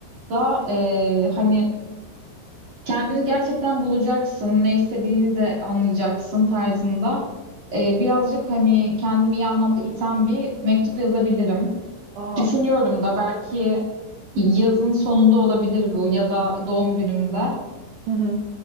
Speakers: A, on the right; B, on the right.
A: da e, hani kendini gerçekten bulacaksın, ne istediğini de anlayacaksın tarzında. E, birazcık hani kendimi iyi anlamda iten bir mektup yazabilirim.
B: Aa,
A: Düşünüyorum da belki yazın sonunda olabilir bu ya da doğum günümde.
B: hı hı.